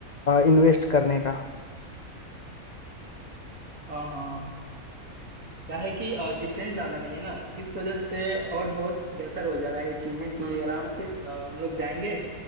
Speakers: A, on the left (about 75°); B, on the right (about 80°).
A: इन्वेस्ट करने का
B: हाँ हाँ क्या है कि डिस्टेंस ज्यादा नहीं है ना इस वजह से और बहुत बेहतर हो जा रहा है ये चीजें कि आराम से अ, हम लोग जाएंगे